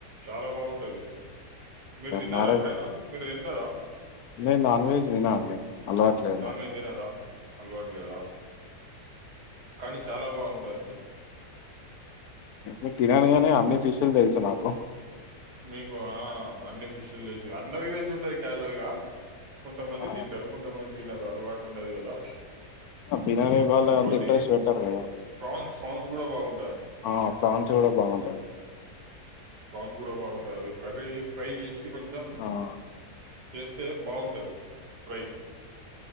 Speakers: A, on the right; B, on the left.
A: చాలా బా బావుంటది మీరు తిన్నారా
B: మ్యారేజ్
A: ఎప్పుడైనా మీరు తింటరా
B: నేను నాన్ వెజ్ తిన అండి అలవాటు లేదు
A: నాన్ వెజ్ తినారా అలవాట్లేదా కానీ చాలా బావుంటది హ్మ్
B: ఆ తిననుగానీ అన్ని ఫిష్లు తెలుసు నాకు
A: మీకు ఆ అన్ని ఫిషులు తెలుసు అందరికీ తెలిసి ఉంటాయి క్యాజువల్గా కొంతమంది
B: ఆ,
A: తింటారు కొంతమంది తినరు అలవాటు ఉండదు కదా
B: తినని వాళ్ళు
A: ఇంకోటి
B: అంత ఇంట్రెస్ట్ పెట్టారు కదా
A: ఫ్రాన్స్ ప్రాన్స్ కూడా బాగుంటాయి
B: ఆ ప్రాన్స్ కూడా బాగుంటాయి
A: ప్రాన్స్ కూడా బావుంటది అది కర్రీ ఫ్రై చేసి కొంచం
B: ఆ
A: చేస్తే బావుంటది ఫ్రై